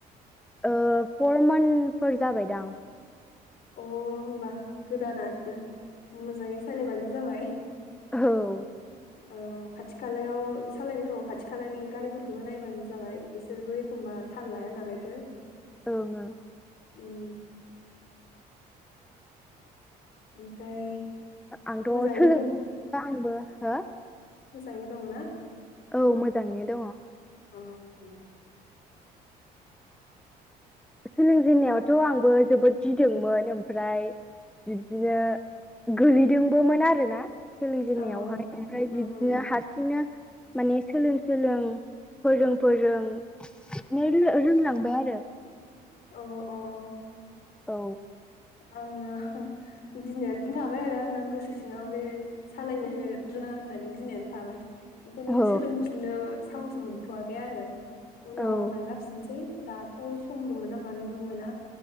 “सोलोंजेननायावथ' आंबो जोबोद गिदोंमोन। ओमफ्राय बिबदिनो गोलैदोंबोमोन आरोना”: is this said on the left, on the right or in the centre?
Centre